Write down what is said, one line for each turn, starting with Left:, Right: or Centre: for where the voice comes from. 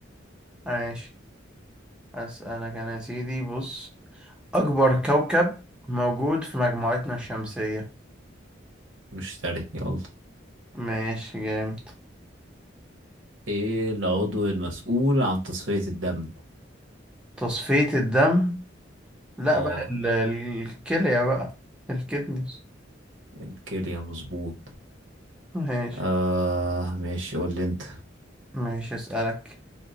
Centre: ماشي اسألك انا يا سيدي بص أكبر كوكب موجود في مجموعتنا الشمسية
Right: مشتري يلا
Centre: ماشي جامد
Right: ايه العضو المسؤول عن تصفية الدم
Centre: تصفية الدم لا
Right: اه
Centre: بقى ال- ال- الكلية بقى الكدنس
Right: الكلية مظبوط
Centre: ماشي
Right: آه ماشي قول لي انت
Centre: ماشي أسألك